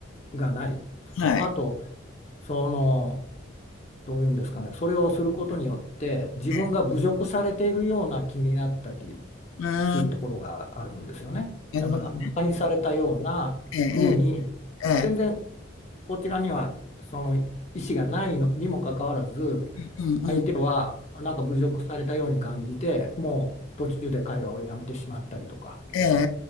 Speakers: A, on the left (about 35°); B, on the left (about 85°).
A: がない。
B: はい、
A: そう、あと、その、どういうんですかね、それをすることによって自分が侮辱されているような気になったり、
B: ええ。うーん、
A: するところがあるんですよね。
B: なるほど、
A: だからバカにされたような風に
B: ええ、ええ、ええ。
A: 全然こちらにはその意思がないのにもかかわらず
B: うんうんうん、
A: 相手はなんか侮辱されたように感じてもう途中で会話をやめてしまったりとか
B: ええ、ええ